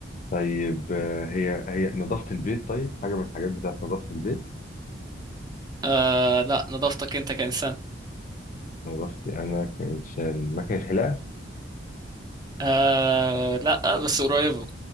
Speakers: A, on the left (about 45°); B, on the right (about 20°).
A: طيب آه هي هي نظافه البيت طيب حاجه من الحاجات بتاعت نظافه البيت
B: آه لا نظافتك انت كإنسان
A: نظافتي انا كانسان مكنه حلاقه
B: آه لا بس قريبة